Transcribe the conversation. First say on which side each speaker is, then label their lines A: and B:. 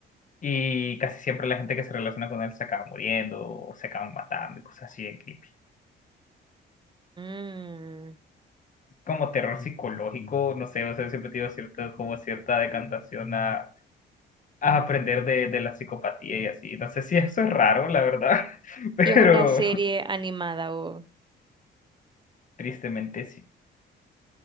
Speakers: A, on the left; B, on the right.
A: y casi siempre la gente que se relaciona con él se acaba muriendo o se acaban matando y cosas así de creepy.
B: Mm.
A: Como terror psicológico, no sé, o sea, siempre he tenido cierto, como cierta decantación a, a aprender de, de la psicopatía y así. No sé si eso es raro, la verdad, <laughs> pero
B: Y es una serie animada o
A: tristemente sí,